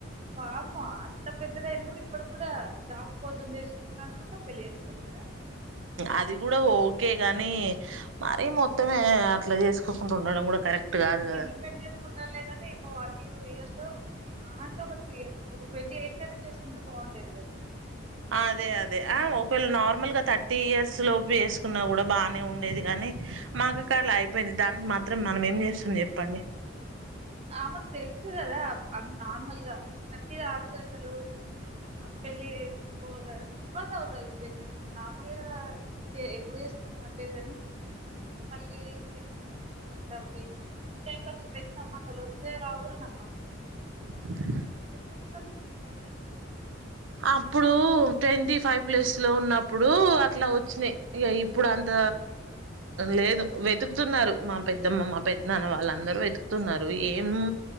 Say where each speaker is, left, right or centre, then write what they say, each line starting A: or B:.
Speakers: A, on the right (about 35°); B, on the right (about 70°).
A: బామ్మ అంత పెద్దదయినా కూడా ఇప్పడు కూడా జాబ్ కోసం చేసుకుంటా అను కూడా పెళ్లి చేసుకోవట్లేద
B: అది కూడా ఓకే గాని మరీ మొత్తమే అట్లా చేసుకోకుండా ఉండడం కూడా కరెక్ట్ గాదు గదా!
A: ఇండిపెండెంట్ కుంటగా ఒక వీూ ఇయర్స్ మా అంటే ఒక త్రీ ఇయర్స్ ఒక ట్వంటీ ఎయిట్ కనే చేసుకుంటూ బాగుండేది కదా
B: అదే అదే ఆ ఒకవేళ నార్మల్ గా థర్టీ ఇయర్స్ లోపు వేసుకున్నా కూడా బాగానే ఉండేది కానీ మాకు కాళ్ళ అయిపోయింది దానికి మాత్రం మనం ఏం చేస్తాం చెప్పండి
A: ఆమగ తెలిసదదా అందు నార్మల్గా ప్రతి దతే అసలు పెళ్ళి స్కూల్ ఇబ్బంది అవుతుంది ప్రెగ్నెన్సీకి నార్మల్ గా ఎప్పుడు చేస్తున్నా పర్లేదు కానీ మళ్ళీ ప్రెగ్నెన్సీ ఇబ్బంది అవవి ఈ టైం క అసలు పెళ్లి సంబంధ సల సేర్ ఆవుగురు నా నమ్మకందిదు
B: అదే
A: సంబంధాలు ఇవేనా
B: అప్పుడు ట్వంటీ ఫైవ్ ప్లస్ లో ఉన్నప్పుడు అట్లా వచ్చినాయి ఇక ఇప్పుడు అంత లేదు వెతుకుతున్నారు మా పెద్దమ్మ మా పెద్ద నాన్న వాళ్ళందరూ వెతుకుతున్నారు ఏం